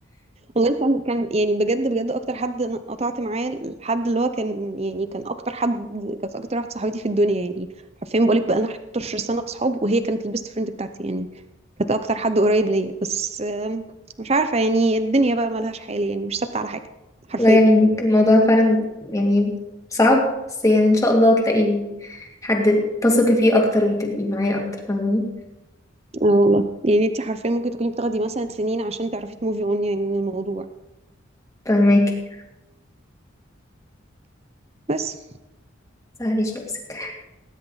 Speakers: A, on the right; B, on the left.
A: والله كان كان يعني بجد بجد اكتر حد انا قطعت معاه الحد اللي هو كان يعني كان اكتر حد كانت اكتر واحده صاحبتي في الدنيا يعني حرفيا بقولك بقى لنا 11 سنه اصحاب وهي كانت البيست فريند بتاعتي يعني كانت اكتر حد قريب ليا بس آم، مش عارفه يعني الدنيا بقى ملهاش حال يعني مش ثابته على حاجه
B: <laughs>
A: حرفيا
B: الله يعينك الموضوع فعلا يعني صعب بس يعني ان شاء الله تلاقي حد تثقي فيه اكتر وتبقي معاه اكتر فاهماني
A: اه والله يعني انت حرفيا ممكن تكوني بتاخدي مثلا سنين عشان تعرفي تموفي اون يعني من الموضوع
B: فاهماكي
A: بس
B: متزعليش نفسك